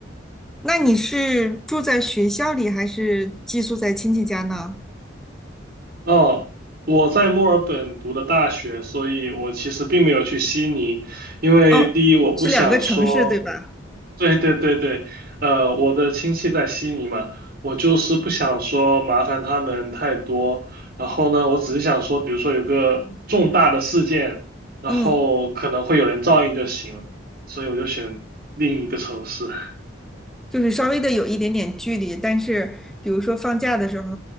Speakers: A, in the centre; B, on the right.
A: 那你是住在学校里，还是寄宿在亲戚家呢？
B: 哦，我在墨尔本读的大学，所以我其实并没有去悉尼，因为第一我不想说，
A: 哦，是两个城市，对吧？
B: 对对对对，呃，我的亲戚在悉尼嘛，我就是不想说麻烦他们太多。然后呢，我只是想说，比如说有个重大的事件，然后可能会有人照应就行了，
A: 嗯。
B: 所以我就选另一个城市。
A: 就是稍微的有一点点距离，但是比如说放假的时候